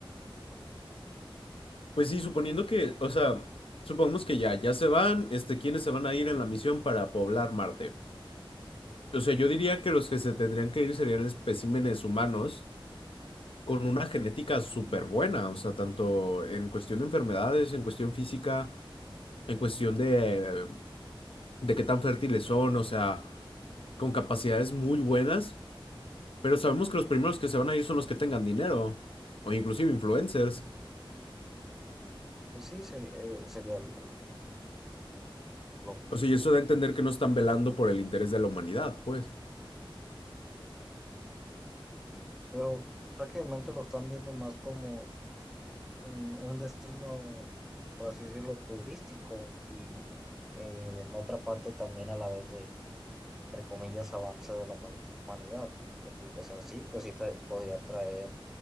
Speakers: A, on the left; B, in the centre.
A: Pues sí, suponiendo que, o sea, supongamos que ya, ya se van, este, ¿quiénes se van a ir en la misión para poblar Marte? O sea, yo diría que los que se tendrían que ir serían especímenes humanos con una genética súper buena, o sea, tanto en cuestión de enfermedades, en cuestión física, en cuestión de, de qué tan fértiles son, o sea, con capacidades muy buenas, pero sabemos que los primeros que se van a ir son los que tengan dinero, o inclusive influencers.
B: Pues sí, sería, eh, sería lo, lo-
A: O sea, y eso da a entender que no están velando por el interés de la humanidad, pues.
B: pero prácticamente lo están viendo más como mm, un destino, por así decirlo, turístico y eh, en otra parte también a la vez de, entre comillas, avance de la huma- humanidad, porque pues en sí, pues sí trae- podría traer